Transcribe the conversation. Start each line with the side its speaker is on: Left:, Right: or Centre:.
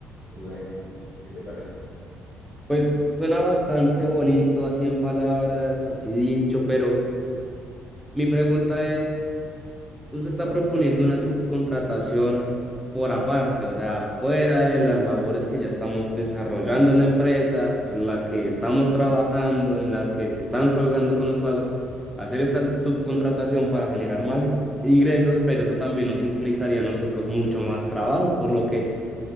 Left: prudente. ¿Qué te parece?
Centre: Pues suena bastante bonito así en palabras, así dicho, pero mi pregunta es... Usted está proponiendo una subcontratación por aparte, o sea, fuera de las labores que ya estamos desarrollando en la empresa, en la que estamos trabajando, en la que se están colgando con los pagos, hacer esta subcontratación para generar más ingresos, pero eso también nos implicaría a nosotros mucho más trabajo, por lo que